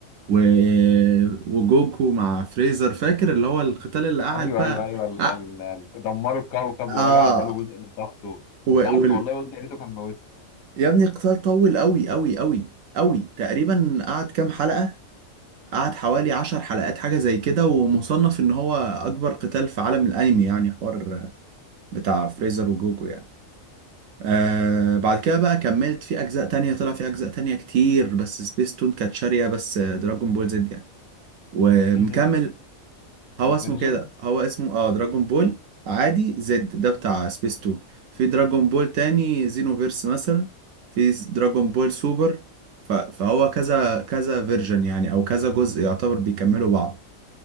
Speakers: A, on the right; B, on the left.
A: و... وجوكو مع فريزر فاكر اللي هو القتال اللي قعد
B: ايوه
A: بقى
B: ايوه ايوه ال...
A: آه
B: ال... ال... دمروا الكوكب
A: آه.
B: ورجع اداله جزء من طاقته
A: و...
B: زعلت
A: وال...
B: والله قلت يا ريته كان موت
A: يا ابني القتال طول أوي أوي أوي أوي تقريبا قعد كام حلقة قعد حوالي عشر حلقات حاجة زي كده ومصنف إن هو أكبر قتال في عالم الأنمي يعني حوار بتاع فريزر وجوكو يعني آه بعد كده بقى كملت في أجزاء تانية طلع في أجزاء تانية كتير بس سبيس تون كانت شارية بس دراجون بول زد يعني ومكمل
B: ايش ديفيرجنس
A: هو اسمه كده هو اسمه اه دراجون بول عادي زد ده بتاع سبيس تون في دراجون بول تاني زينوفيرس مثلا في دراجون بول سوبر ف- فهو كذا كذا فيرجن يعني او كذا جزء يعتبر بيكملوا بعض